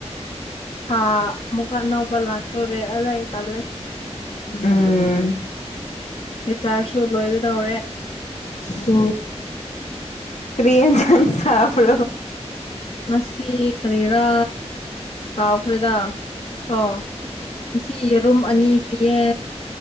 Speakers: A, on the left; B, on the left.
A: ꯍꯥꯥ ꯃꯨꯀꯥꯟ ꯑꯅꯥꯎꯄꯥ ꯂꯥꯛꯇꯣꯔꯣꯔꯦ ꯑꯂꯥꯏ ꯇꯂ
B: ꯎꯝ
A: ꯍ ꯆꯥꯔꯁꯨ ꯂꯣꯏꯒꯗꯧꯔꯦ
B: ꯇ ꯀꯔꯤ ꯆꯟ ꯁꯥꯐꯣ
A: ꯉꯁꯤ ꯀꯔꯤꯔꯥ ꯀꯥꯎꯈ꯭ꯔꯦꯗ ꯑꯣ ꯉꯁꯤ ꯌꯦꯔꯨꯝ ꯑꯅꯤ ꯄꯤꯌꯦ